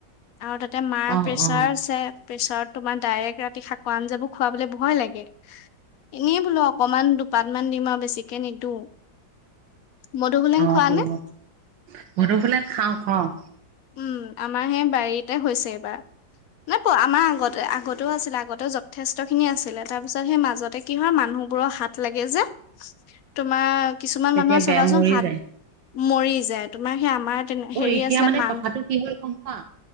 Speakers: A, on the left (about 70°); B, on the right (about 75°).
A: আৰু তাতে মাৰ
B: অ
A: প্ৰেচাৰ
B: অ
A: আছে। প্ৰেছাৰত তোমাৰ ডাইৰেক্ ৰাতি শাকৰ আঞ্জাবোৰ খুৱাবলৈ ভয় লাগে। এনে বোলো অকমান দুপাত মান দিম আৰু বেছিকে নিদো। মধুসোলেং
B: অ',
A: খোৱা
B: কৰিব।
A: নে?
B: মধুহুলেং খাওঁ খাও
A: উম, আমাৰ সেই বাৰীতে হৈছে এইবাৰ। নে প আমাৰ আগতে আগতেও আছিলে আগতে যথেষ্ট খিনি আছিলে তাৰ ছত সেই মাজতে কি হয় মানুহবোৰৰ হাত লাগে যে, তোমাৰ কিছুমান
B: তেতিয়া
A: মানুহৰ
B: বেয়া
A: চবাচোন
B: মৰি
A: হাত
B: যায়
A: মৰি যায়, তোমাৰ সেই আমাৰ তেনে
B: অ',
A: হেৰি
B: এতিয়া
A: আছিলে
B: মানে
A: মান
B: কথাটো কি হ'ল গম পোৱা?